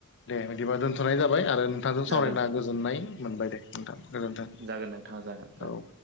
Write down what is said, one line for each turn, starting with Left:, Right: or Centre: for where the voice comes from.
Left: दे बिदिबा दोन्थ'नाय जाबाय आरो नोंथांजों
Right: जागोन
Left: सावरायना गोजोननाय मोनबाय दे। नोंथां गोजोन्थों
Right: जागोन नोंथां जागोन जागोन
Left: औ।